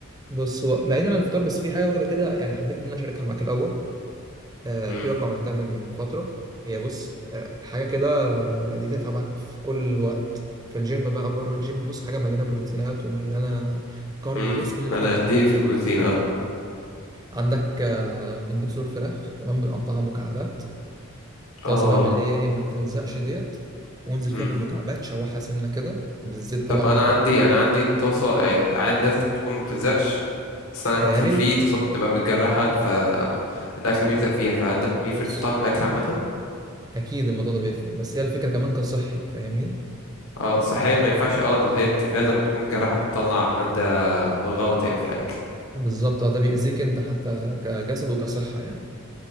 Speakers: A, on the right; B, on the left.
A: بص هو بعيدا عن الفطار بس في حاجه وجبه كده يعني حبيت ان انا اشاركها معاك الاول آه،
B: امم
A: في وجبة عملتها من فترة هي بص آه، حاجة كده آه، دي تنفع معاك في كل وقت في الجيم بقى بره الجيم بص حاجة مليانة بروتينات ومليانة كارب
B: امم
A: وبص كل اللي
B: انا
A: انت تحتاجه
B: اديني في البروتين اه
A: عندك آه، بنجيب صدور فراخ تمام بنقطعها مكعبات طاسة
B: اه
A: بقى من اللي هي ايه ما بتلزقش ديت وانزل
B: امم
A: فيها بالمكعبات شوحها سنة كده بالزيت طبعا
B: طب انا
A: و...
B: عندي انا عندي طاسة آه، عاد لازم تكون ما بتلزقش اصل انا عندي
A: آه، يا ريت
B: في طاسات بتبقى متجرحة فالاكل بيلزق
A: آه،
B: فيها فهل ده بيفرق
A: بص
B: في طعم الاكل عامة
A: اكيد الموضوع ده بيفرق بس هي الفكرة كمان كصحي فاهمني
B: اه صحيا ما ينفعش اه اللي هي التيفال لما تكون متجرحة بتطلع مادة غلط يعني في الاكل
A: بالظبط آه، ده بيأذيك انت حتى كجسد وكصحة يعني